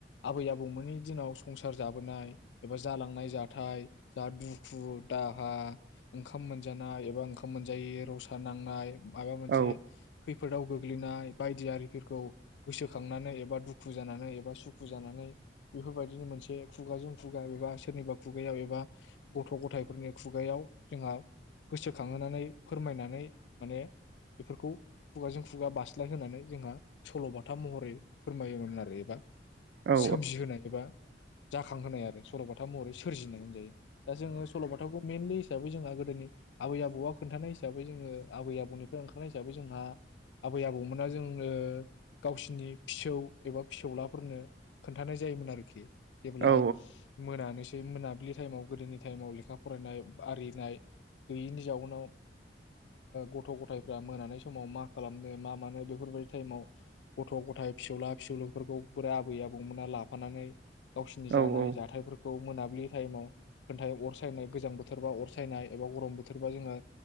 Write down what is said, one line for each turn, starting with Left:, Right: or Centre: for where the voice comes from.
Left: आबै आब बौमोननि दिनाव संसार जाबोनाय एबा जालांनाय जाथाय जा दुखु दाहा ओंखाम मोनजानाय एबा ओंखाम मोनजायै रसा नांनाय। माबा मोनसे
Right: औ
Left: खैफोदाव। गोग्लैनाय बायदि आरिफोरखौ गोसोखांनानै एबा। दुखु जानानै एबा सुखु जानानै बेफोरबायदिनो मोनसे खुगाजों खुगा एबा सोरनिबा खुगायाव एबा गथ' ग'थायफोरनि खुगायाव जोंहा गोसोखांहोनानै फोरमायनानै माने बेफोरखौ खुगाजों खुगा बास्लायहोनानै जोंहा सल' बाथा महरै। फोरमायोमोन आरो एबा।
Right: औ
Left: सोमजिहोनाय एबा। जाखांहोनाय आरो सल'बाथा महरै सोरजिनाय होनजायो। दा जोङो सल'बाथाखौ मेनलि। हिसाबै जोंहा गोदोनि आबै आबौआ खोन्थानाय हिसाबै जोङो आबै आबौनिफ्राय ओंखारनाय हिसाबै जोंहा आबै आबौमोना जों गावसिनि। फिसौ एबा फिसौलाफोरनो खोन्थानाय जायोमोन आरोखि। जेब्ला
Right: औ
Left: मोनानोसै। ज मोनाबिलि टाइमाव गोदोनि टाइमाव लेखा फरायनाय आरिनाय गैयिनि जाउनाव गथ' ग'थाइफ्रा मोननाय समाव मा खालामनो मा मानो बेफोरबायदि टाइमाव गथ ग'थाइ। फिसौला फिसौलुफोरखौ बोरै आबै आबौमोना लाफानानै। गावसिनि
Right: औ
Left: जानाय जाथायफोरखौ। खौ मोनाबिलि टाइमाव खथाय अर सायनाय गोजां बोथोरबा अर सायनाय एबा गरम बोथोरबा जोङो